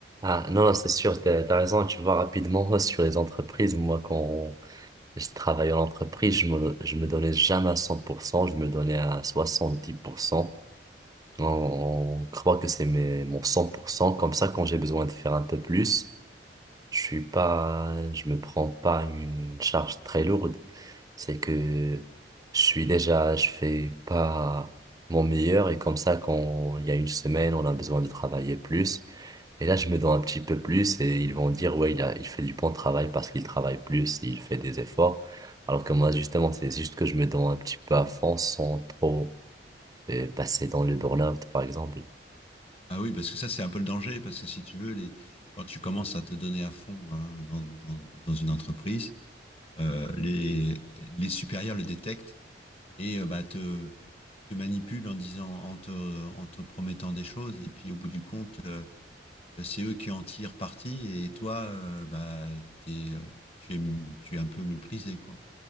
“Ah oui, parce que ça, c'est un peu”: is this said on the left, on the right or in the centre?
Left